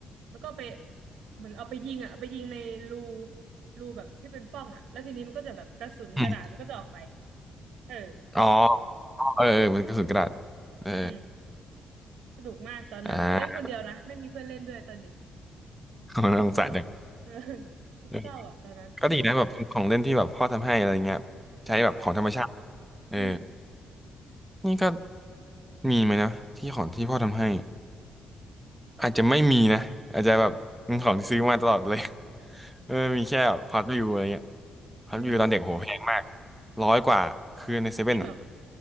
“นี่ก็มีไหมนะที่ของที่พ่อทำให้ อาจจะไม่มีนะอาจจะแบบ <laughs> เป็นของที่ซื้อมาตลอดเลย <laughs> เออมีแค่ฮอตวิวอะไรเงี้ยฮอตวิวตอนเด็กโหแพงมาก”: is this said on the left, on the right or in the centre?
Centre